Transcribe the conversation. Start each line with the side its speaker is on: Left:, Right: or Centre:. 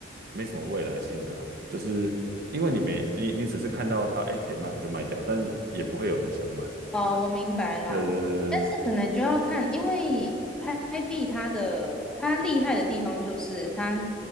Right: 没什么未来性啊，就是因为你没你你只是看到它，哎，可以卖我就卖掉，但是也不会有人想买。
Centre: 哦，我明白啦，
Right: 呃，
Centre: 但是可能就要看，因为拍币它的它厉害的地方就是它